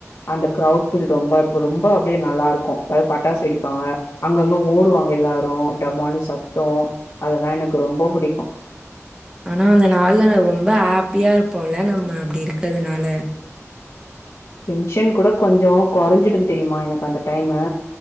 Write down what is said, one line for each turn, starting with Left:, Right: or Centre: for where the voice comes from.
Left: அந்த க்ரௌட் ஃபீல் ரொம்ப இப்ப ரொம்ப அப்டியே நல்லா இருக்கு அதாது பட்டாசு வெடிப்பாங்க அங்கங்க ஓடுவாங்க எல்லாரு டமால்னு சத்தோ அதெல்லா எனக்கு ரொம்ப புடிக்கு
Right: ஆனா அந்த நாள்ல ரொம்ப ஹாப்பியா இருப்போல நம்ம அப்டி இருக்கதுனால
Left: டென்ஷன் கூட கொஞ்சோ குறைஞ்சுடு தெரியுமா எனக்கு அந்த டைமு